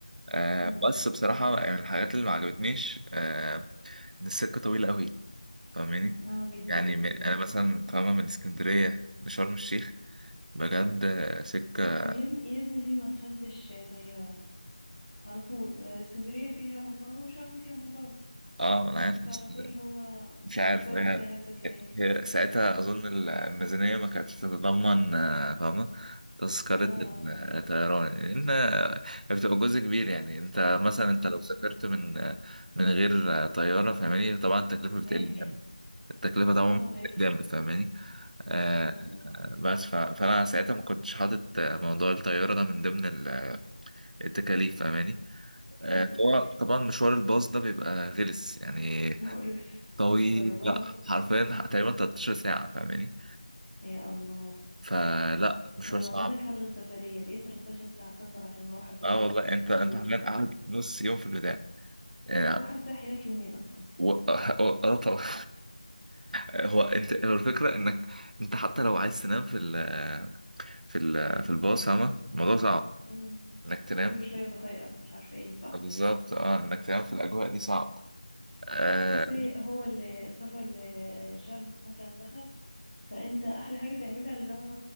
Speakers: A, on the right (about 80°); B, on the left (about 35°).
A: آه
B: امم
A: بس
B: أمم.
A: بصراحة يعني من الحاجات اللي ما عجبتنيش آه ان السكة طويلة قوي فاهماني
B: اه جدا
A: يعني
B: جدا
A: من... انا مثلا فاهمة من اسكندرية لشرم الشيخ بجد آه، سكة
B: طب يا ابني يا ابني ليه ما خدتش طيارة على طول آه، اسكندرية فيها مطار وشرم فيها مطار
A: اه انا عارف
B: انت
A: بس
B: على طول هو
A: مش عارف
B: بسرعة
A: يعني
B: تلاقي نفسك هناك
A: هي ساعتها أظن الميزانية ما كانتش تتضمن آه، فاهمة تذكرة
B: اه
A: الطيران لأن آه، بتبقى جزء كبير يعني أنت مثلا أنت
B: امم
A: لو سافرت من آه، من غير آه، طيارة فاهماني طبعا التكلفة بتقل
B: هيفرق
A: جامد التكلفة طبعا
B: اه هيفرق
A: بتقل جامد فاهماني آه،
B: امم أمم.
A: آه، بس ف- فأنا ساعتها ما كنتش حاطط آه، موضوع الطيارة ده من ضمن ال- التكاليف فاهماني آه،
B: أمم.
A: فهو طبعا مشوار الباص ده بيبقى غلس يعني
B: مقرف
A: طويل
B: مجرباه
A: بقى حرفيا تقريبا 13 ساعة فاهماني
B: يا الله
A: فلا مشوار
B: انا
A: صعب
B: لو منك هلغي السفريه دي 13 ساعه سفر عشان اروح اتبسط
A: اه والله
B: اسبوع
A: انت انت حرفيا
B: مثلا
A: قاعد نص يوم في البداية يعني
B: هروح ارتاح هناك يومين اصلا
A: و... اه آه طبعا <laughs> هو انت هو الفكرة انك انت حتى لو عايز تنام في ال في ال في الباص فاهمة الموضوع صعب
B: امم
A: انك تنام
B: كل شويه بطايقك مش عارفه ايه صح
A: بالظبط اه انك تنام في الاجواء دي صعب آه
B: بص هي هو ال- السفر لشرم عامه دهب فانت احلى حاجه تعملها اللي هو